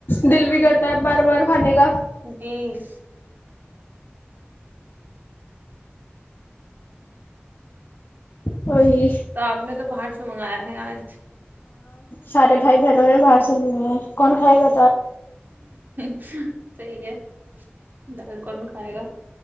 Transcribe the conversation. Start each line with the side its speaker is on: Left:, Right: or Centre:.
Left: دل بھی کرتا ہے بار بار کھانے کا
Right: بیس
Left: وہی
Right: تو آپ نے تو باہر سے منگایا ہے آج
Left: سارے بھائی بہنوں نے باہر سے منگایا کون کھائے گا
Right: صحیح ہے دال کون کھائے گا